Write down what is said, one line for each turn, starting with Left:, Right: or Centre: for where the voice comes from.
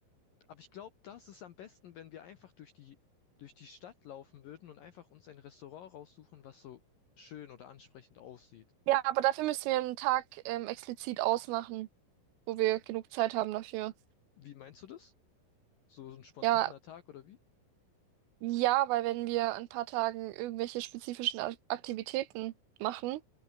Left: Aber ich glaube, das ist am besten, wenn wir einfach durch die, durch die Stadt laufen würden und einfach uns ein Restaurant raussuchen, was so schön oder ansprechend aussieht.
Right: Ja, aber dafür müssen wir einen Tag ähm, explizit ausmachen, wo wir genug Zeit haben dafür.
Left: Wie meinst du das? So, so ein spontaner
Right: Ja,
Left: Tag oder wie?
Right: Ja, weil wenn wir in ein paar Tagen irgendwelche spezifischen Ak- Aktivitäten machen,